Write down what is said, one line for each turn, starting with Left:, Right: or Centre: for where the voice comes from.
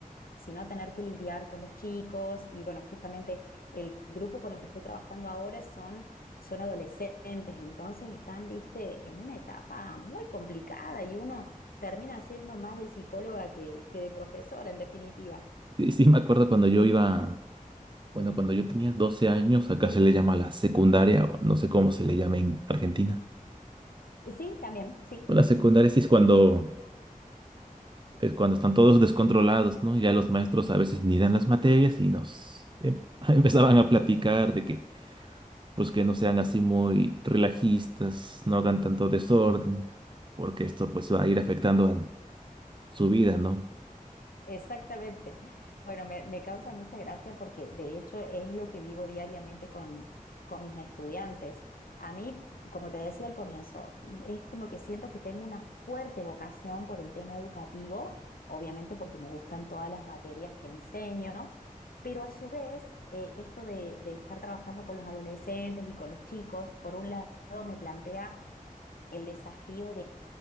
Left: sino tener que lidiar con los chicos. Y bueno, justamente el grupo con el que estoy trabajando ahora son, son adolescentes, entonces están, viste, en una etapa muy complicada y uno termina siendo más de psicóloga que, que de profesora, en definitiva.
Right: Sí, sí, me acuerdo cuando yo iba Bueno, cuando yo tenía 12 años, acá se le llama la secundaria, o no sé cómo se le llama en Argentina.
Left: Sí, también, sí.
Right: Bueno, La secundaria sí es cuando, es cuando están todos descontrolados, ¿no? Ya los maestros a veces ni dan las materias y nos em- <laughs> empezaban a platicar de que, pues que no sean así muy relajistas, no hagan tanto desorden, porque esto pues va a ir afectando a su vida, ¿no?
Left: Exactamente. Bueno, me, me causa mucha gracia porque de hecho es lo que vivo diariamente con, con mis estudiantes. A mí, como te decía al comienzo, mm, es como que siento que tengo una fuerte vocación por el tema educativo, obviamente porque me gustan todas las materias que enseño, pero a su vez, eh, esto de, de estar trabajando con los adolescentes y con los chicos, por un lado me plantea el desafío